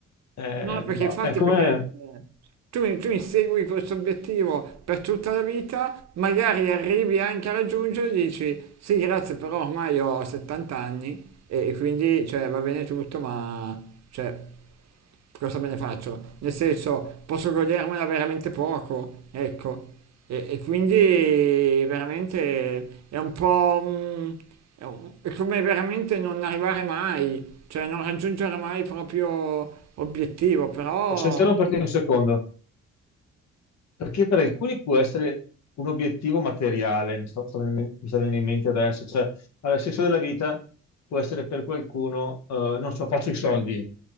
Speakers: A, on the left; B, on the right.
A: Eh,
B: no, perché
A: boh,
B: infatti
A: è come...
B: perché... eh, Tu, mi, tu insegui questo obiettivo per tutta la vita, magari arrivi anche a raggiungerlo e dici sì, grazie, però ormai ho 70 anni e, e quindi cioè, va bene tutto, ma cioè, cosa me ne faccio? Nel senso, posso godermela veramente poco, ecco. E, e quindi veramente è un po'... un- è un- è come veramente non arrivare mai, cioè non raggiungere mai il proprio obiettivo, però...
A: Posso interromperti un secondo? Perché per alcuni può essere un obiettivo materiale, mi sto- sto venendo- mi sta venendo in mente adesso, cioè Allora, il senso della vita può essere per qualcuno, eh, non so, faccio i soldi.